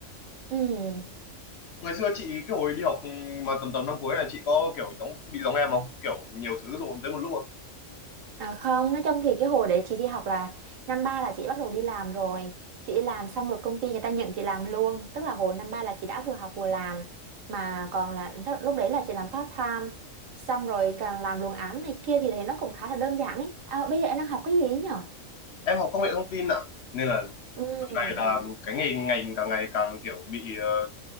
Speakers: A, on the right (about 75°); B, on the left (about 60°).
A: ừ
B: ngày xưa chị cái hồi đi học ừ, mà tầm tầm năm cuối này chị có kiểu giống bị giống em không kiểu nhiều thứ dồn tới một lúc không
A: à, không nói chung thì cái hồi đấy chị đi học là năm ba là chị bắt đầu đi làm rồi chị đi làm xong rồi công ty người ta nhận chị làm luôn tức là hồi năm ba là chị đã vừa học vừa làm mà còn là đó- lúc đấy là chị làm part time xong rồi càng làm luồng án này kia thì thấy nó cũng khá là đơn giản ấy à, bây giờ em đang học cái gì ấy nhở
B: em học công nghệ thông tin ạ nên là
A: ừ
B: tầm này là cái ngành ngành càng ngày càng kiểu bị ờ,